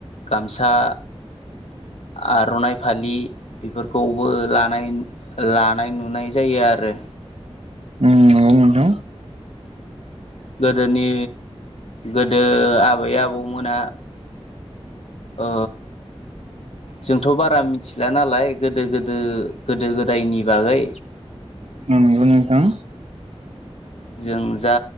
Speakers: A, on the left; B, on the right.
A: गामसा
B: <inaudible>
A: आर'नाइ फालि बेफोरखौबो लानाय लानाय नुनाय जायो आरो।
B: उम नंगौ नोंथां।
A: गोदोनि गोदो आबै आबौमोना ओ जोंथ' बारा मिथिला नालाय गोदो गोदो गोदो गोदायनि बागै।
B: उम नंगौ नोंथां।
A: जों जा